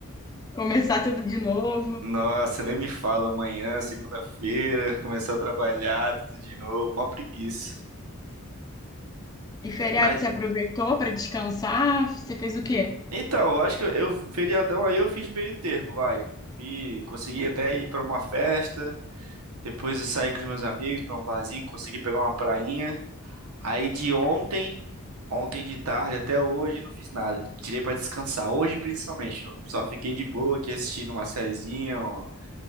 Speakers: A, on the left; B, on the right.
A: Começar tudo de novo.
B: Nossa, nem me fala amanhã, segunda-feira, começar a trabalhar tudo de novo, mó preguiça.
A: E feriado,
B: Mas
A: você aproveitou para descansar? Você fez o quê?
B: então, eu acho que eu feriadão aí eu fiz meio termo, vai. Fui, consegui até ir pra uma festa, depois eu saí com os meus amigos pra um barzinho, consegui pegar uma prainha. Aí de ontem, ontem de tarde até hoje, não fiz nada. Tirei pra descansar. Hoje, principalmente, não- só fiquei de boa aqui assistindo uma sériezinha, ó,